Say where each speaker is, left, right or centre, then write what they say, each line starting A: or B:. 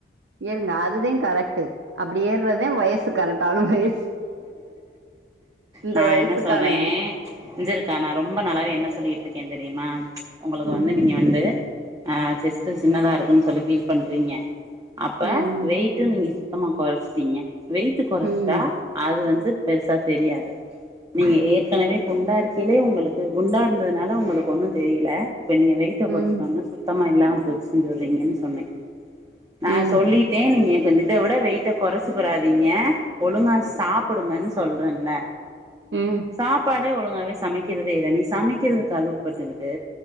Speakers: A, on the right; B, on the right.
A: ஏறுங்க அதுதா கரெக்ட்டு அப்டி ஏறுறதே வயசு கரெக்ட்டான வயசு இந்த
B: நா
A: வயசுக்கானது
B: என்ன சொல்றே இஞ்சிருக்கா நா ரொம்ப நாளாவே என்ன சொல்லிகிட்டு இருக்கே தெரியுமா உங்ளுக்கு
A: ம்
B: வந்து நீங்க வந்து அ சேஸ்ட்டு சின்னதா இருக்குன்னு சொல்லி ஃபீல் பண்றீங்க அப்ப
A: ம் ம்
B: வெயிட்டு நீங்க சுத்தமா கொறச்சிட்டீங்க வெயிட்டு கொறச்சுட்டா
A: ம்
B: அது வந்து பெருசா தெரியாது நீங்க ஏற்கனவே குண்டா இருக்கிலே உங்களுக்கு குண்டா இருந்ததுனால உங்களுக்கு ஒண்ணு தெரியல இப்ப நீங்க வெயிட்ட கொறச்சொனனே
A: ம்
B: சுத்தமா இல்லாம போச்சுன்னு சொல்றீங்கன்னு சொன்னே நா
A: ம்
B: சொல்லிட்டே நீங்க இப்ப இத விட வெயிட்ட கொறச்சு புடாதீங்க ஒழுங்கா சாப் சாப்புடுங்கன்னு சொல்றேன்ல
A: ம்
B: சாப்பாடு பாடே ஒழுங்காவே சமைக்கிறதே இல்ல நீ சமைக்கிறதுக்கு அழுப்பு பட்டுகிட்டு